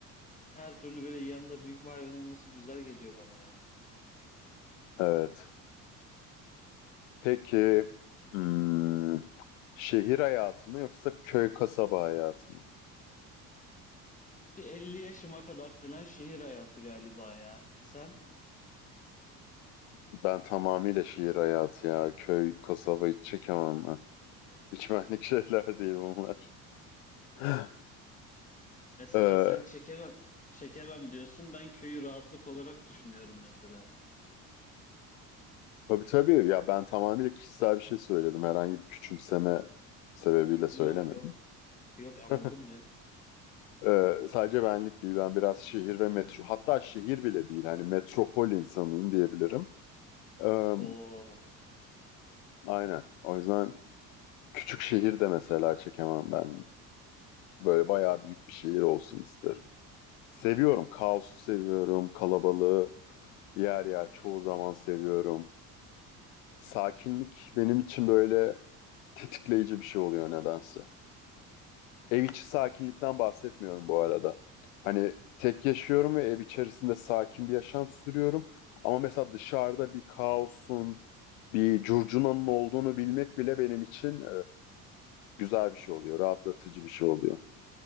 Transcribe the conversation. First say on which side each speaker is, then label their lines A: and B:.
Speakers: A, on the left; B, on the left.
A: Her türlü böyle yanında büyük bir hayvan olması güzel geliyor bana.
B: Evet. Peki hmm, şehir hayatı mı yoksa köy kasaba hayatı mı?
A: Bir 50 yaşıma kadar falan şehir hayatı galiba ya. Sen
B: Ben tamamıyla şehir hayatı ya. Köy kasaba hiç çekemem ben. Hiç benlik <laughs> şeyler değil bunlar. <laughs>
A: mesela
B: Ee,
A: sen çekemem çekemem diyorsun. Ben köyü rahatlık olarak düşünüyorum mesela.
B: tabii tabii ya ben tamamıyla kişisel bir şey söyledim. Herhangi bir küçümseme sebebiyle
A: Yok
B: söylemedim.
A: yok yok anladım
B: <laughs>
A: canım.
B: Ee, sadece benlik değil. Ben biraz şehir ve metro. Hatta şehir bile değil. Hani metropol insanıyım diyebilirim. Ee,
A: O
B: Aynen. O yüzden küçük şehir de mesela çekemem ben. Böyle bayağı büyük bir şehir olsun isterim. Seviyorum. Kaosu seviyorum. Kalabalığı yer yer çoğu zaman seviyorum. Sakinlik benim için böyle tetikleyici bir şey oluyor nedense. Ev içi sakinlikten bahsetmiyorum bu arada. Hani tek yaşıyorum ve ev içerisinde sakin bir yaşam sürüyorum. Ama mesela dışarıda bir kaosun, bir curcunanın olduğunu bilmek bile benim için Güzel bir şey oluyor, rahatlatıcı bir şey oluyor. <laughs>